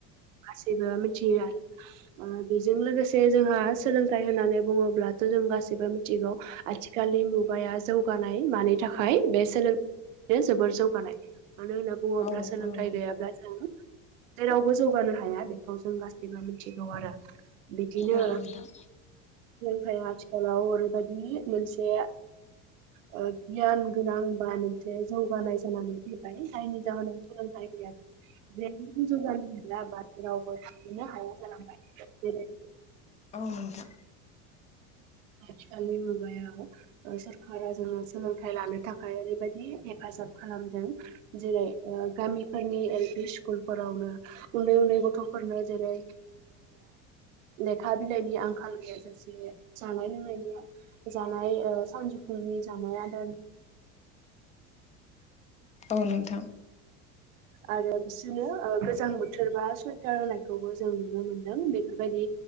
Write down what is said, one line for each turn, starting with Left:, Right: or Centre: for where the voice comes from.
Right: गासैबो मिथियो आरो ओ बेजों लोगोसे जोंहा सोलोंथाइ होननानै बुङोब्लाथ थ जों गासैबो मिथिगौ आथिखालनि मुगाया जौगानाय मानि थाखाय बे सोलों बे जोबोर जौगानाय मानो होनना बुङोब्ला
Left: औ नोंथां
Right: सोलोंथाइ
Left: नंगौ
Right: गैयाब्ला जों जेरावबो जौगानो हाया बेखौ जों गासैबो मिथिगौ आरो। बिदिनो
Left: औ नोंथां
Right: ओमफ्राय आथिखालाव ओरैबायदि ओ मोनसे गियान गोनां बा मोन से जौगानाय जानानै फैबाय जायनि जाहोनाव सोलोंथायाइ गैया जै बुजु जानो मोनला ब रावबो थांनो हाया जालांबाय जेरै
Left: औ नोंथां।
Right: आथिखालनि मुगायाव ओ सरखारा जोङो सोलोंथाइ लानो थाखाय ओरैबायदि हेफाजाब। जाब खालामदों जेरै गामिफोरनि एल पि स्कुल फोरावनो उन्दै उन्दै गथ'। थ'फोरनो जेरै लेखा बिलाइनि आंखाल गैयाजासेनो। जानाय लोंनायनि जानाय ओ सानजौफुंनि जानाय आदार।
Left: औ नोंथां।
Right: आरो बिसोरनो ओ गोजां बोथोर बा सुवइटार होनायखौबो जों नुनो मोनदों बेफोरबायदि